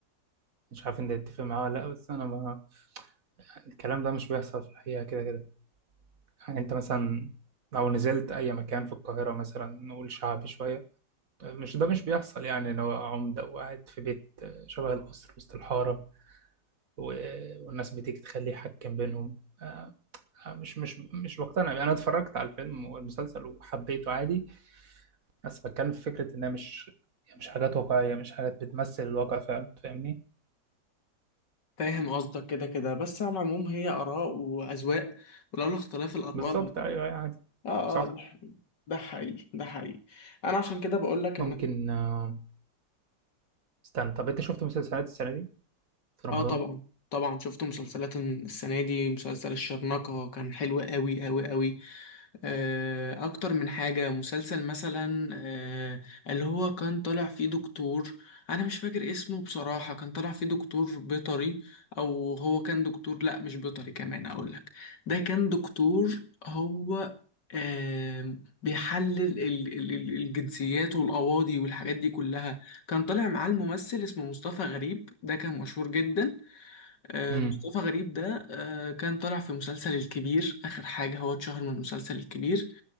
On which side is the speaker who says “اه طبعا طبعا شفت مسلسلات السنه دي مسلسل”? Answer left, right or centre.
Left